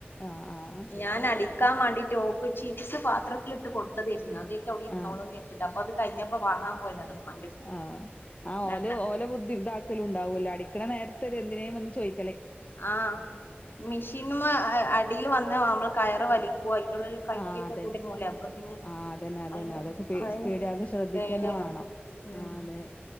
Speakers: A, on the left; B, on the left.
A: ആഹ് ആഹ്
B: ഞാൻ അടിക്കാൻ വാണ്ടിട് ഓക്ക് ചിപ്സ് പാത്രത്തിലിട്ട് കൊടുത്തതായിരുന്നു അത് അവിടെ ഇരുന്നോളും
A: ആഹ്
B: എന്ന് കരുതിയിട്ട് അപ്പൊ അത് കഴിഞ്ഞപ്പോ വാങ്ങാൻ പോയതാണ് ഉമ്മാന്റെടുത്ത്
A: ആ ആ
B: രണ്ട
A: ഓല് ഓല ബുദ്ധിണ്ടാക്കലുണ്ടാവൂല്ലോ അടിക്കണ നേരതത്ത് എന്തിനേലും വന്ന് ചോയ്
B: ആ മിഷീൻമെ അട് ടിയിൽ വന്ന് നമ്മള് കയറ് വലി ഹൊ അയിന്റുള്ളില് കയ്യൊക്കെ
A: ആഹ് അതന്നെ
B: കുടുങ്ങൂലേ അപ്പൊ പിന്നെ
A: ആഹ് അതന്നെ അതന്നെ
B: അയിന്
A: അതൊക്കെ പേ
B: അയിന്
A: പേടിയാകെ ശ്രദ്ധിക്കന്നെ
B: പേട്യണ്
A: വേണം
B: ഉം
A: ആഹ് അതെ